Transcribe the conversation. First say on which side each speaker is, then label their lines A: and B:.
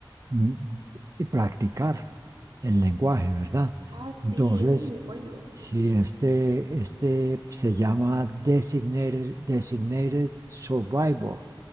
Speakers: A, on the right; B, on the right.
A: mm, y practicar el lenguaje, ¿verdad?
B: Ah, sí,
A: Entonces,
B: esa es muy buena.
A: si este, este se llama Designated, Designated Survivor